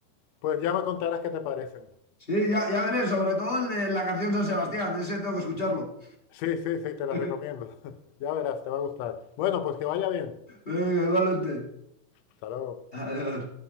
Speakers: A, on the left; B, on the left.
A: Pues ya me contarás qué te parecen.
B: sí, ya, ya veré, sobre todo el de la canción San Sebastián, ese tengo que escucharlo.
A: Sí, sí, sí, te los
B: <laughs>
A: recomiendo. <laughs> Ya verás, te va a gustar. Bueno, pues que vaya bien.
B: Venga, igualmente.
A: Hasta luego.
B: Adiós.